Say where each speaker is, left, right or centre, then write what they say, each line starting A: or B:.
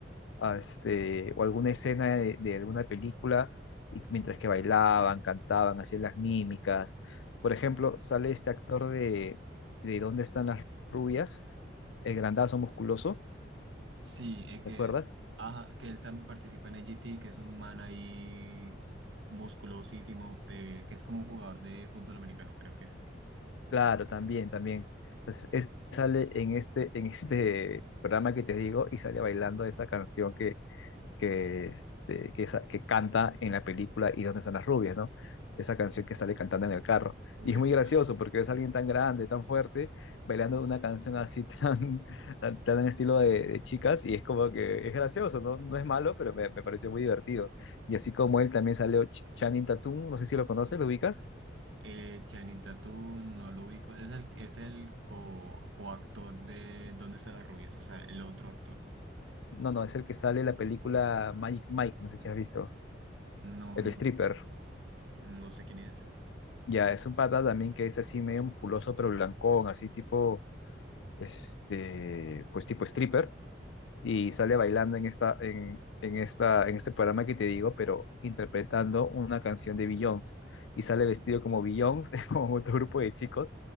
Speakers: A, on the left; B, on the right.
A: a este, o alguna escena de, de alguna película, y mientras que bailaban, cantaban, hacían las mímicas. Por ejemplo, sale este actor de, de ¿Dónde están las rubias? El grandazo musculoso,
B: sí, eh,
A: ¿te
B: que
A: acuerdas?
B: es, ajá, que él también participa en el GT, que es un man ahí musculosísimo, eh, que es como un jugador de fútbol americano, creo que es.
A: Claro, también, también. Entonces, es- sale en este, en este programa que te digo y sale bailando esa canción que que, este, que, sa- que canta en la película ¿Y dónde están las rubias, ¿no? Esa canción que sale cantando en el carro.
B: Uy,
A: Y es muy
B: esa-
A: gracioso porque es alguien tan grande, tan fuerte, bailando una canción así <laughs> tan, tan, tan en estilo de, de chicas y es como que es gracioso, ¿no? No es malo, pero me, me pareció muy divertido. Y así como él también salió Ch- Channing Tatum, no sé si lo conoces, ¿lo ubicas?
B: Eh, Chanita, tú no lo ubico. Es el, es el co, coactor de ¿Dónde está la rubia? O sea, el otro actor.
A: No, no, es el que sale en la película Magic Mike, no sé si has visto,
B: No,
A: el
B: no,
A: stripper.
B: no sé quién es.
A: Ya, es un pata también que es así medio musculoso, pero blancón, así tipo este, pues tipo stripper, y sale bailando en esta, en, en esta, en este programa que te digo, pero interpretando una canción de Beyoncé. Y sale vestido como Beyoncé, <laughs> como otro grupo de chicos,